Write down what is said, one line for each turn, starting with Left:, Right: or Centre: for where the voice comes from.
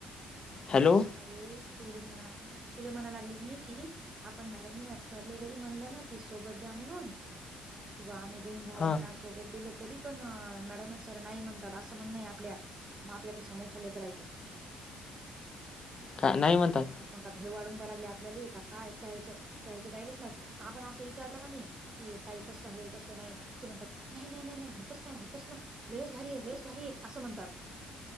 Left: हॅलो
Right: अरे तुले म्हणाली, तुले म्हणाय लागले मी की आपण मॅडमने सरले जरी म्हणलं ना, की सोबत द्या म्हणून किंवा आम्ही बहीन भावा
Left: हां
Right: मण आस सोबत दिलं तरी पण मॅडम सर नाही म्हणतात असं म्हणणं आपल्या म आपल्यापेक्षा मोठाले करायचं.
Left: का? नाही म्हणतात
Right: मग का भेव वाढून द्याय लागले आपल्याली का काय त्याचं, त्याचं त्यायले माहित आपण असं विचारलं कणी कि ताई कसं आहे कसं नाही की म्हणतात, नाही, नाही, नाही, नाही होतच नाही, होतच नाही लयच भारीय, लयच भारीय असं म्हणतात.